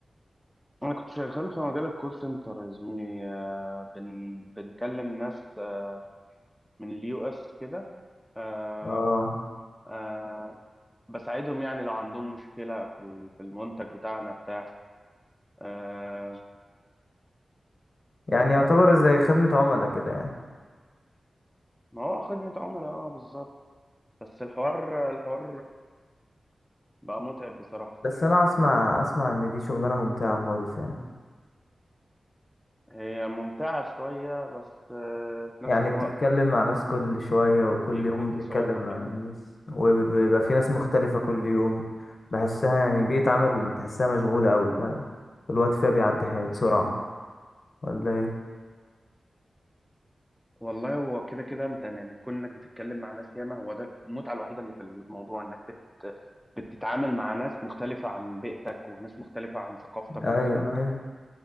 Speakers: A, in the centre; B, on the left (about 55°).
A: أنا كنت شغال في مجال الكول سنتر يا زميلي آه، بن بنكلم ناس آه، من اليو اس كده آه،
B: اه
A: آه، بساعدهم يعني لو عندهم مشكلة في ال- في المنتج بتاعنا بتاع آه،
B: يعني يعتبر زي خدمة عملاء كده يعني
A: ما هو خدمة عملاء اه بالظبط بس الحوار الحوار بقى متعب بصراحة
B: بس انا اسمع اسمع ان دي شغلانة ممتعة خالص يعني
A: هي ممتعة شوية بس آه، في
B: يعني
A: نفس الوقت
B: بتتكلم مع ناس كل شوية وكل
A: بيكون
B: يوم
A: في
B: بتتكلم
A: صعوبة
B: مع
A: فاهم؟
B: ناس وبيبقى في ناس مختلفة كل يوم بحسها يعني بيئة عمل تحسها مشغولة قوي فاهم الوقت فيها بيعدي حي- بسرعة ولا ايه
A: والله هو كده كده انت يعني كون انك بتتكلم مع ناس ياما هو ده المتعه الوحيده اللي في الموضوع انك بت بتتعامل مع ناس مختلفه عن بيئتك وناس مختلفه عن ثقافتك
B: ايوه
A: وكده
B: ايوه